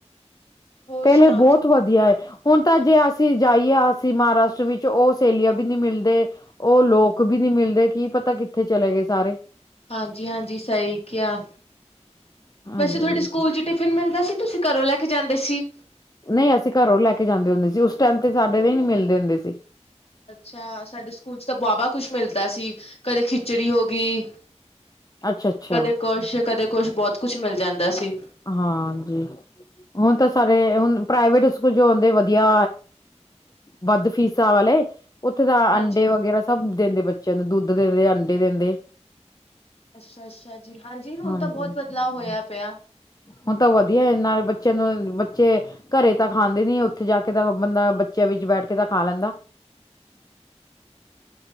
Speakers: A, on the left; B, on the left.
A: ਹੋਰ
B: ਪਹਿਲੇ
A: ਸੁਣਾਓ
B: ਬੋਹਤ
A: ਜੀ?
B: ਵਧੀਆ ਏ। ਹੁਣ ਤਾਂ ਜੇ ਅਸੀਂ ਜਾਈਏ ਅਸੀਂ ਮਹਾਰਾਸ਼ਟਰ ਵਿੱਚ ਉਹ ਸਹੇਲੀਆਂ ਵੀ ਨਈ ਮਿਲਦੇ। ਉਹ ਲੋਕ ਵੀ ਨੀ ਮਿਲਦੇ ਕੀ ਪਤਾ ਕਿੱਥੇ ਚਲੇ ਗਏ ਸਾਰੇ।
A: ਹਾਂਜੀ- ਹਾਂਜੀ ਸਹੀ ਕਿਆ,
B: ਹਾਂਜੀ
A: ਵੈਸੇ ਤੁਹਾਡੇ ਸਕੂਲ ਚ' ਟਿਫਿਨ ਮਿਲਦਾ ਸੀ ਤੁਸੀਂ ਕਰੋਂ ਲੈ ਕੇ ਜਾਂਦੇ ਸੀ।
B: ਨਈ, ਅਸੀਂ ਕਰੋਂ ਲੈ ਕੇ ਜਾਂਦੇ ਹੁੰਦੇ ਸੀ ਉਸ ਟਾਈਮ ਤੇ ਸਾਡੇ ਦੇ ਹੀ ਨੀਂ ਮਿਲਦੇ ਹੁੰਦੇ ਸੀ।
A: ਅੱਛਾ। ਸਾਡੇ ਸਕੂਲ ਚ' ਤਾਂ ਵਾਹਵਾ ਕੁਛ ਮਿਲਦਾ ਸੀ, ਕਦੇ ਖਿਚੜੀ ਹੋ ਗਈ।
B: ਅੱਛਾ ਅੱਛਾ
A: ਕਦੇ ਕੁਛ, ਕਦੇ ਕੁਛ ਬੋਹਤ ਕੁਛ ਮਿਲ ਜਾਂਦਾ ਸੀ।
B: ਹਾਂਜੀ। ਹੁਣ ਤਾਂ ਸਾਰੇ ਹੁਣ ਪ੍ਰਾਈਵੇਟ ਸਕੂਲ ਜੋ ਹੁੰਦੇ ਵਧੀਆ। ਵੱਧ ਫੀਸ ਆ ਵਾਲੇ। ਉੱਥੇ ਤਾਂ
A: ਹਾਂਜੀ
B: ਅੰਡੇ ਵਗੈਰਾ ਸਭ ਦਿੰਦੇ ਬੱਚਿਆਂ ਨੂੰ ਦੁੱਧ ਦਿੰਦੇ, ਅੰਡੇ ਦਿੰਦੇ।
A: ਅੱਛਾ- ਅੱਛਾ ਜੀ। ਹਾਂਜੀ ਹੁਣ
B: ਹਾਂਜੀ
A: ਤਾਂ ਬੋਹਤ ਬਦਲਾਵ ਹੋਇਆ ਪਿਆ।
B: ਹੁਣ ਤਾਂ ਵਧੀਆ ਨਾਲੇ ਬੱਚੇ ਨੂੰ ਬੱਚੇ ਘਰੇ ਤਾਂ ਖਾਂਦੇ ਨੀ ਉੱਥੇ ਜਾ ਕੇ ਤਾਂ ਬੰਦਾ ਬੱਚਿਆਂ ਵਿੱਚ ਬੈਠ ਕੇ ਤਾਂ ਖਾ ਲੈਂਦਾ।